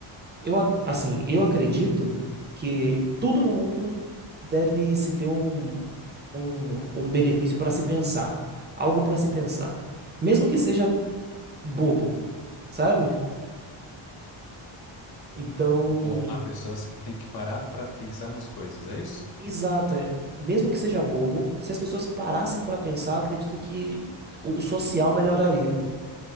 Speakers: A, on the right; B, on the left.
A: eu, a- assim, eu acredito que tudo no mundo deve se ter um, um, um benefício para se pensar, algo para se pensar, mesmo que seja bobo, sabe? Então,
B: boa. Ah, pessoas têm que parar para pensar nas coisas, é isso?
A: Exato. é. Mesmo que seja bobo, se as pessoas parassem para pensar, acredito que o o social melhoraria,